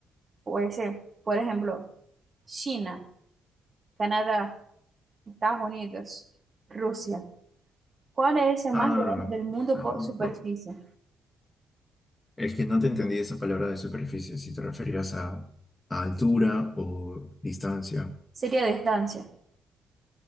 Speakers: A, on the right; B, on the left.
A: Puede ser, por ejemplo, China, Canadá, Estados Unidos, Rusia. ¿Cuál es el
B: Ah,
A: más grande del mundo
B: ah,
A: por superficie?
B: por- es que no te entendí esa palabra de superficie, si te referías a, a altura o distancia.
A: Sería distancia.